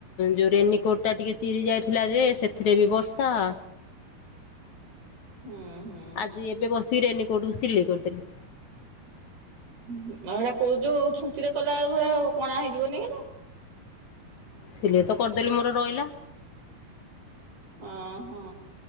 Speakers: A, on the left; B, on the right.
A: ଯୋଉ ରେନିକୋଟ୍ ଟା ଟିକେ ଚିରି ଯାଇଥିଲା ଯେ ସେଥିରେ ବି ବର୍ଷା।
B: ହୁଁ, ହୁଁ।
A: ଆଜି ଏବେ ବସିକି ରେନିକୋଟକୁ ସିଲେଇ କରିଦେଲି।
B: ହଁ ସେଇଟା କୋଉ ଯୋଉ ଛୁଞ୍ଚିରେ କଲାବେଳକୁ ହେରା କଣା ହେଇଯିବନି ହେଇଗୁରା।
A: ସିଲେଇ ତ କରିଦେଲି ମୋର ରହିଲା।
B: ଅ, ହଁ।